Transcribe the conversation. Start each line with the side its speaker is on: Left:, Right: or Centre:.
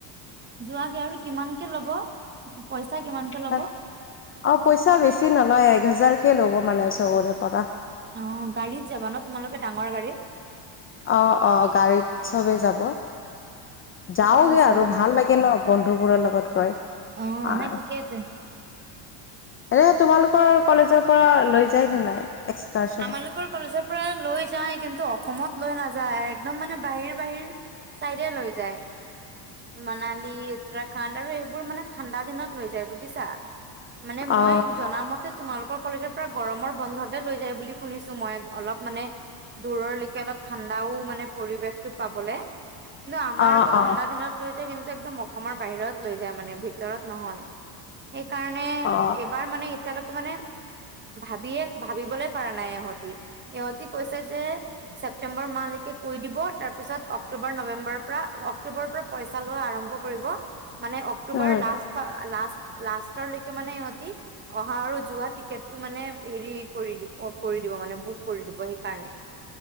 Right: যোৱাগে আৰু কিমানকে ল'ব? পইচা কিমানকে ল'ব?
Left: তাত অ পইচা বেছি নলয়, এক হোজাৰ কে ল'ব মানে চবৰে পৰা।
Right: অ', গাড়ীত যাবা নহ তোমালোকে? ডাঙৰ গাড়ীত।
Left: অ'-অ', গাড়ীত চবেই যাব।
Right: ঠিকে
Left: যাওগে
Right: আছে
Left: আৰু ভাল লাগে ন বন্ধুবোৰৰ লগত গৈ।
Right: অহ,
Left: হয়
Right: নাই ঠিকেই আছে।
Left: এনে তোমালোকৰ কলেজৰ পৰা লৈ যায় নে নাই? এক্সকাৰচনত
Right: আমালোকৰ কলেজৰ পৰা লৈ যায়, কিন্তু অসমত লৈ নাযায়। যায়, একদম মানে বাহিৰ-বাহিৰ চাইডে লৈ যায়। মানালী, উত্তৰাখণ্ড আৰু এইবোৰ মানে ঠাণ্ডা দিনত লৈ যায়, বুজিছা। মানে মই
Left: অ
Right: জনা মতে তোমালোকৰ কলেজৰ পৰা গৰমৰ বন্ধতে লৈ যায়। বুলি শুনিছো মই, অলপ মানে দূৰলৈকে অলপ ঠাণ্ডাও মানে পৰিবেশতটো পাবলে। কিন্তু আমাৰ
Left: অ
Right: আকৌ
Left: অ
Right: ঠাণ্ডা দিনত লৈ যায় কিন্তু একদম অসমৰ বাহিৰত লৈ যায় মানে, ভিতৰত নহয়। সেইকাৰণে
Left: অ
Right: এইবাৰ মানে এতিয়ালৈকে মানে ভাবিয়ে ভাবিবলে। পৰা নাই ইহঁতি। ইহঁতি কৈছে যে ছেপ্টেম্বৰ মাহলেকে কৈ দিব, তাৰপিছত অক অক্টোবৰ নৱেম্বৰৰ পৰা, অক্টোবৰৰ পৰা পইচা লোৱা আৰম্ভ কৰিব। মানে অক্টোবৰ
Left: উম
Right: লাষ্ট ফা লাষ্ট। লাষ্টৰলৈকে মানে ইহঁতি অহা আৰু যোৱা টিকেটটো মানে হেৰি কৰি দিব। কৰি দিব মানে, বুক কৰি দিব সেইকাৰণে।